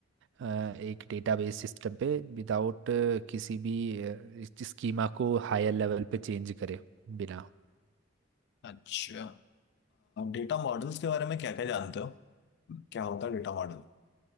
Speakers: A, on the right; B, on the left.
A: अ, एक डेटाबेस सिस्टम पे विदाउट किसी भी स्कीमा को हायर लेवल पे चेंज करे बिना
B: अच्छा डेटा मॉडल्स के बारे में क्या क्या जानते हो क्या होता है डेटा मॉडल